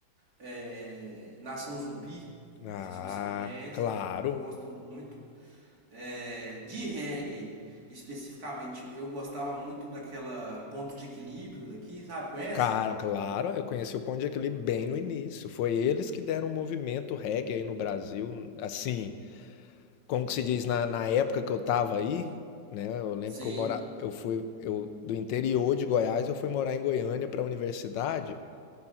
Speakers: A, on the right; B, on the left.
A: é Nação Zumbi.
B: Ah,
A: Não sei se você conhece,
B: claro.
A: Nação Zumbi eu gosto muito. É, de reggae, especificamente, eu gostava muito daquela Ponto de Equilíbrio daqui, sabe? Conhece?
B: Cara, claro, eu conheci o Ponto de Equilíbrio bem no início. Foi eles que deram o movimento reggae aí no Brasil, assim, como que se diz, na, na época que eu tava aí, né? Eu lembro
A: Sim.
B: que eu mora, eu fui eu, do interior de Goiás, eu fui morar em Goiânia para a universidade.